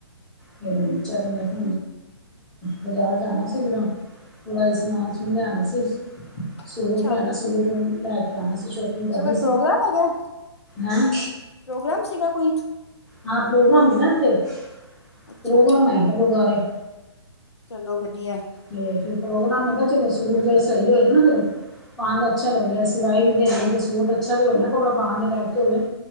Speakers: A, in the centre; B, on the left (about 70°).
A: ਫਿਰ ਚਰ <unintelligible> ਬਜ਼ਾਰ ਜਾਣਾ ਸੀ ਜਰਾ, ਥੋੜਾ ਜਿਹਾ ਸਮਾਨ-ਸੁਮਾਨ ਲਿਆਣ ਵਾਸਤੇ ਸੀ,
B: ਅੱਛਾ,
A: ਸੂਟ ਲੈਣਾ ਸੀ ਸੂਟ ਲੈਕੇ ਆਣਾ ਸੀ ਸ਼ੋਪਿੰਗ
B: ਅੱਛਾ
A: ਕਰਨੀ
B: ਕੋਈ ਪ੍ਰੋਗਰਾਮ
A: ਸੀ,
B: ਹੈਗਾ,
A: ਹੈਂ।
B: ਪ੍ਰੋਗਰਾਮ ਸੀਗਾ ਕੋਈ
A: ਹਾਂ ਪ੍ਰੋਗਰਾਮ ਹੀ ਨਾ ਇੱਥੇ
B: ਅੱਛਾ,
A: ਪ੍ਰੋਗਰਾਮ ਹੈਗੇ ਗੁਰਦੁਆਰੇ
B: ਚਲੋ ਵਧੀਆ,
A: ਤੇ ਫਿਰ ਪ੍ਰੋਗਰਾਮ ਮੈਂ ਕਿਹਾ ਚਲੋ ਸੂਟ ਜਹੜ ਸਹੀ ਹੋਏ ਨਾ ਫਿਰ ਖਣ ਦਾ ਅੱਛਾ ਲੱਗਹਾ ਸਿਵਾ ਵੀ ਦੇ, ਸੋਟ ਅੱਛਾ ਤੇ ਹੋਵੇ ਨਾ ਕੱਪੜਾ ਪਾਉਣ ਦੇ ਲੈਕ ਤੇ ਹੋਵੇ,